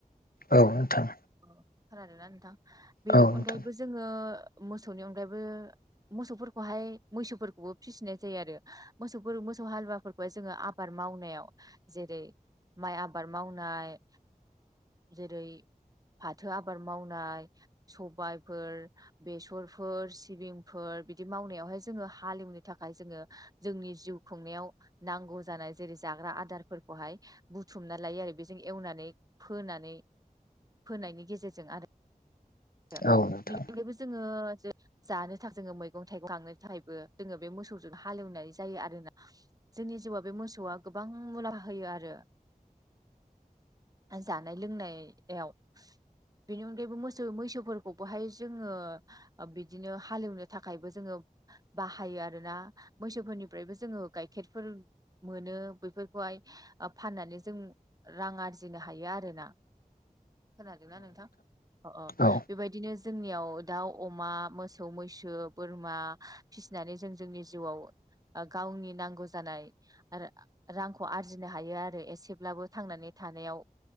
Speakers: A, on the left; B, on the right.
A: औ नोंथां
B: अ खोनादोंना नोंथां बेनि
A: औ
B: अनगायैबो
A: नोंथां
B: जोङो मोसौनि अनगायैबो मोसौफोरखौहाय मैसौफोरखौबो फिसिनाय जायो आरो मोसौफोर मोसौ हालुवाफोरखौ बे जोङो आबाद मावनायाव जेरै माइ आबाद मावनाय जेरै फाथो आबाद मावनाय सबायाइफोर बेसरफोर सिबिंफोर बिदि मावनायावहाय जोङो हालेवनो थाखाय जोङो जोंनि जिउ खुंनायाव नांगौ जानाय जेरै जाग्रा आदारफोरखौहाय बुथुमना लायो आरो बेजों एवनानै फोनानै फोनायनि गेजेरजों आरो बेनि
A: औ नोंथां
B: अनगायबो जोङो जानो थाखाय जोङो मैगं थाइगं गांनो थाखायबो जोङो बे मोसौजों हालेवनाय जायो आरोना। जोंनि जिउआव बे मोसौआ गोबां मुला होयो आरो। ओ जानाय लोंनायाव बेनि अनगायैबो मोसौ मैसोफोरखौबोहाय जोङो ओ बिदिनो हालेवनो थाखायबो जोङो बाहायो आरोना मैसोफोरनिफ्रायबो जोङो गाइखेरफोर मोनो बेफोरखौहाय ओ फाननानै जों रां आरजिनो हायो आरोना। खोनादोंना नोंथां अ अ
A: औ
B: बेबायदि बिदिनो जोंनियाव दाउ अमा मोसौ मैसो बोरमा फिसिनानै जों जोंनि जिउआव ओ गावनि नांगौ जानाय आरो रांखौ आरजिनो हायो आरो एसेब्लाबो थांनानै थानायाव